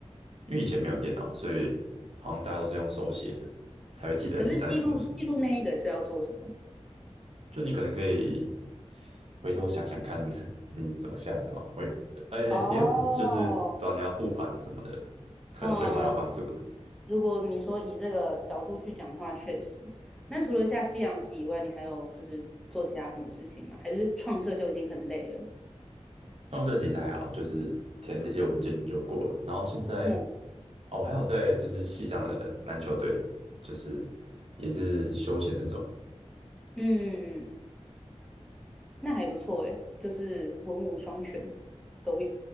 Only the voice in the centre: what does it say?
可是记录记录那一个是要做什么？
哦，
嗯，如果你说以这个角度去讲的话，确实。那除了下西洋棋以外，你还有就是做其他什么事情吗？还是创设就已经很累了？
嗯。
嗯，嗯嗯嗯那还不错诶，就是文武双全都有